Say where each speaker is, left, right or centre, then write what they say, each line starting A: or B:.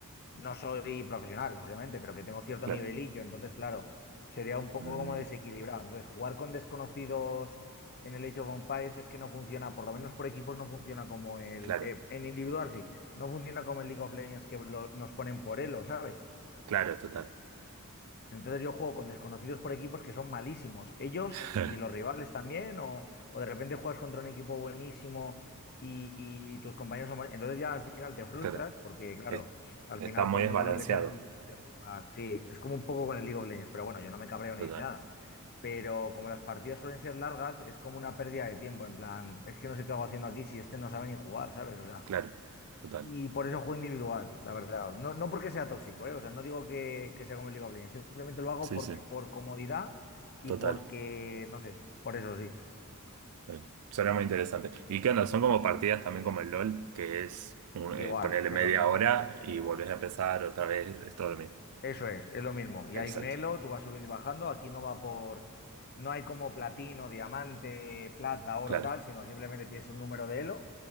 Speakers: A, on the left; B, on the right.
A: no soy profesional, lógicamente, pero que tengo cierto
B: claro.
A: nivelillo, entonces, claro, sería un poco
B: Mm,
A: como desequilibrado. Entonces, jugar con desconocidos en el Age of Empires es que no funciona, por lo menos por equipos no funciona como el...
B: claro,
A: eh, en individual sí, no funciona como el League of Legends que lo- nos ponen por elo, ¿sabes?
B: claro, total.
A: Entonces yo juego con desconocidos por equipos que son malísimos, ellos
B: <laughs>
A: y los rivales también, o, o de repente juegas contra un equipo buenísimo y, y tus compañeros son mal- Entonces ya al final te frustras
B: Claro,
A: porque, claro,
B: es-
A: al
B: está
A: final
B: muy
A: por muy
B: desbalanceado.
A: bueno que seas es imposible jugar. Sí, es como un poco con el League of Legends, pero bueno, yo no me cabreo
B: Total,
A: ni nada. Pero como las partidas suelen ser largas, es como una pérdida de tiempo, en plan, es que no sé qué hago haciendo aquí si este no sabe ni jugar, ¿sabes? O sea,
B: claro, total.
A: y por eso juego individual, la verdad. No, no porque sea tóxico, ¿eh? O sea, no digo que, que sea como el League of Legends. Simplemente lo hago
B: Sí,
A: por,
B: sí,
A: por comodidad y
B: total.
A: porque, no sé, por eso sí.
B: Eh, Suena muy interesante. ¿Y qué onda? Son como partidas también como el LOL, que es un- eh,
A: Igual,
B: ponerle
A: es
B: media
A: lo mismo.
B: hora y volvés a empezar otra vez, es todo lo mismo.
A: Eso es, es lo mismo. Y hay
B: Exacto,
A: un elo, tú vas subiendo y bajando. Aquí no va por... No hay como platino, diamante, plata, oro,
B: claro.
A: tal, sino simplemente tienes un número de elo